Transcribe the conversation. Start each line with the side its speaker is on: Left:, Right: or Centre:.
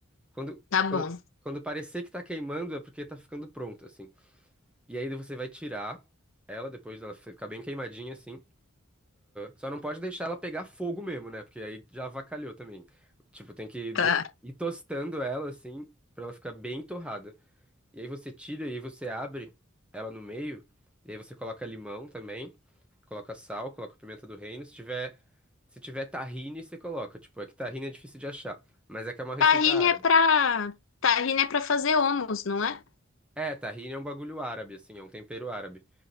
Centre: Quando,
Left: Tá
Centre: quando,
Left: bom.
Centre: quando parecer que tá queimando é porque tá ficando pronto, assim. E aí você vai tirar ela depois dela ficar bem queimadinha, assim. Só não pode deixar ela pegar fogo mesmo, né? Porque aí já avacalhou também. Tipo, tem que de-
Left: Tá.
Centre: ir tostando ela, assim, pra ela ficar bem torrada. E aí você tira e aí você abre ela no meio. E aí você coloca limão também, coloca sal, coloca pimenta do reino. Se tiver, se tiver tahine, você coloca. Tipo, é que tahine é difícil de achar, mas é que é uma receita
Left: Tahine
Centre: árabe.
Left: é pra tahine é pra fazer hummus, não é?
Centre: É, tahine é um bagulho árabe, assim, é um tempero árabe.